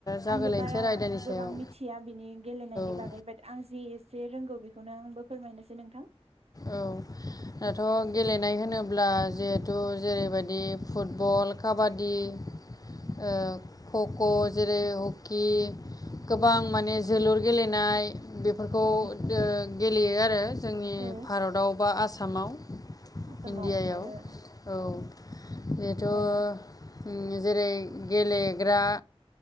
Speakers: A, on the left; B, on the right.
A: जागायलायनोसै
B: आंबो बारा
A: आरो आयदानि
B: गोबां
A: सायाव
B: मिथिया बिनि गेलेनायनि
A: औ
B: बागै बाट आं जि ए से रोंगौ बेखौनो आंबो फोरमायनोसै नोंथां
A: औ दाथ' गेलेनाय होनोब्ला जिहेथु जेरैबायदि फुटबल काबादि ओ खख' जेरै हकि गोबां माने जोलुर गेलेनाय बेफोरखौ
B: औ
A: ओ गेलेयो आरो जोंनि
B: औ
A: <unintelligible> आसामाव
B: आसामाव
A: इण्डियायाव
B: आरो
A: औ बेथ' ओम
B: ओ
A: जेरै गेलेग्रा